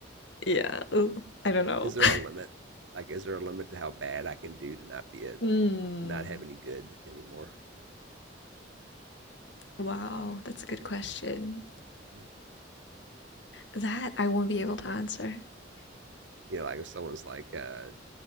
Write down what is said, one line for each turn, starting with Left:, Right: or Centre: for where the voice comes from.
Left: yeah, ooh, I don't know.
Right: is there
Left: <laughs>
Right: a limit? Like, is there a limit to how bad I can do to not be a
Left: Mm.
Right: to not have any good anymore?
Left: Wow, that's a good question.
Right: That's a good question, right?
Left: That I won't be able to answer.
Right: You know, like if someone's like uh